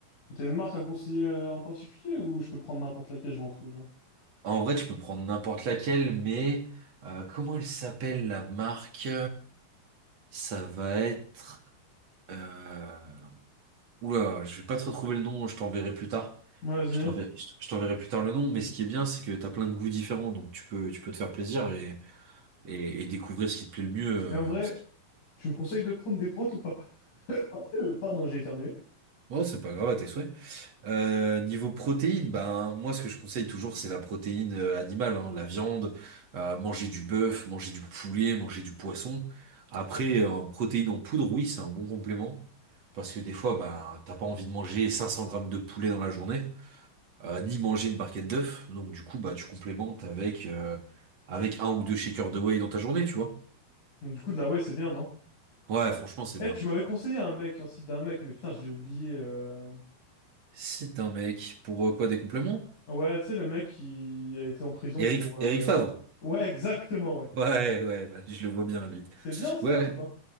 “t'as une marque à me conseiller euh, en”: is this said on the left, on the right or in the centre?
Left